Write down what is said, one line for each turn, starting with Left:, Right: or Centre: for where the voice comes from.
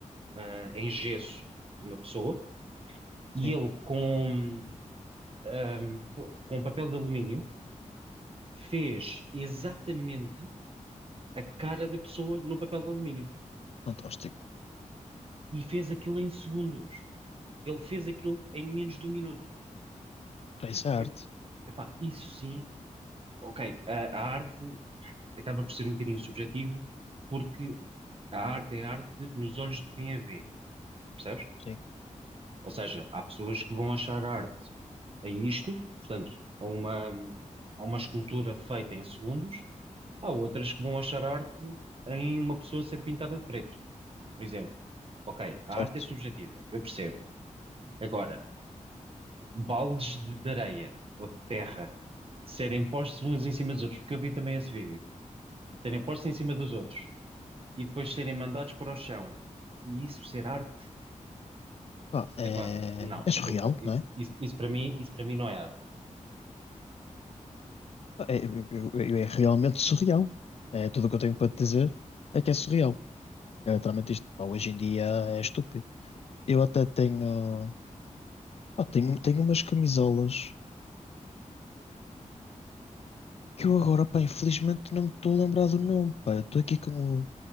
Right: ah, em gesso de uma pessoa, e
Left: sim,
Right: ele com, ahm, co- com um papel de alumínio fez exatamente a cara da pessoa no papel de alumínio
Left: fantástico.
Right: e fez aquilo em segundos. Ele fez aquilo em menos de um minuto.
Left: Ah, Isso é arte,
Right: Ep- Epá, isso sim, ok, a, a arte acaba por ser um bocadinho subjetivo, porque a arte é arte nos olhos de quem a vê, percebes?
Left: sim,
Right: Ou seja, há pessoas que vão achar a arte a isto, portanto, a uma, a uma escultura feita em segundos, há outras que vão achar a arte em uma pessoa ser pintada de preto, por exemplo. Ok, a
Left: certo.
Right: arte é subjetiva, eu percebo. Agora, baldes de, de areia ou de terra serem postos uns em cima dos outros, porque eu vi também esse vídeo, serem postos em cima dos outros e depois serem mandados para o chão e isso ser arte,
Left: Pá, é,
Right: epá, não,
Left: é
Right: desculpa,
Left: surreal,
Right: isso,
Left: não é?
Right: isso, isso para mim, isso para mim não é arte.
Left: Pá, É, eu- eu- eu- é realmente surreal. É, tudo o que eu tenho para te dizer é que é surreal. É, literalmente isto, pá, hoje em dia é estúpido. Eu até tenho, pá, tenho, tenho umas camisolas que eu agora, pá, infelizmente não me estou a lembrar do nome, pá. Eu Estou aqui com o